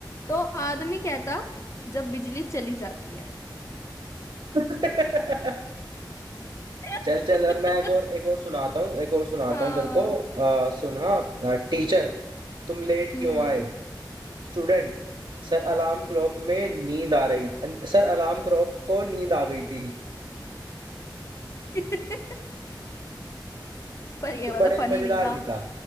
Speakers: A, on the left (about 40°); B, on the right (about 80°).
A: तो आदमी कहता जब बिजली चली जाती है
B: <laughs>
A: <laughs>
B: चल चल अब मैं एक और एक और सुनाता हूँ एक और सुनाता
A: हाँ
B: हूँ तेरे को आ, सुना टीचर तुम लेट
A: हम्म
B: क्यों आए स्टूडेंट सर अलार्म क्लॉक में नींद आ रही अन- सर अलार्म क्लॉक को नींद आ गई थी
A: <laughs> पर ये
B: ये
A: वाला
B: बड़े
A: फनी
B: मजेदार
A: नहीं था
B: नहीं था